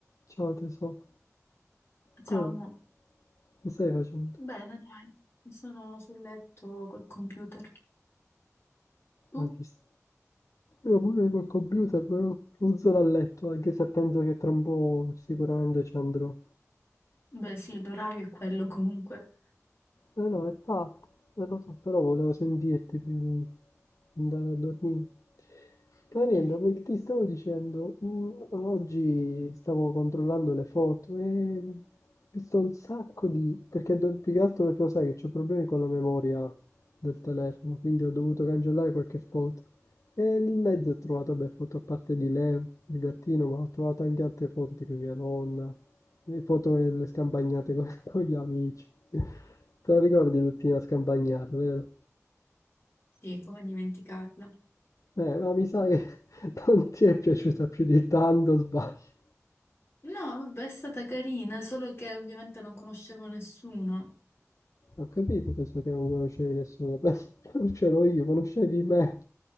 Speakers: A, on the left; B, on the left.
A: Ciao tesoro, come
B: Ciao,
A: va?
B: mo.
A: Che stai facendo?
B: Bene, dai, sono sul letto col computer. Tu?
A: Non ti st- Io pure col computer, però non sono a letto, anche se penso che tra un po' sicuramente ci andrò.
B: Beh, sì, l'orario è quello comunque.
A: Eh no, è tatto, eh, lo so, però volevo sentirti prima di andare a dormire. Ma niente,
B: Mm,
A: perché ti stavo dicendo, mm, oggi stavo controllando le foto e ho visto un sacco di... perché do- più che altro perché lo sai che ho problemi con la memoria del telefono, quindi ho dovuto cancellare qualche foto. E lì in mezzo ho trovato, beh, foto a parte di Leo, il gattino, ma ho trovato anche altre foto, tipo mia nonna, le foto delle scampagnate con, <laughs> con gli amici. Te lo ricordi l'ultima scampagnata, vero?
B: Sì, come dimenticarla.
A: Eh, no, mi sa che <laughs> non ti è piaciuta più di tanto, sbaglio.
B: No, vabbè, è stata carina, solo che ovviamente non conoscevo nessuno.
A: Ho capito adesso che non conoscevi nessuno, beh, conoscevo io, conoscevi me.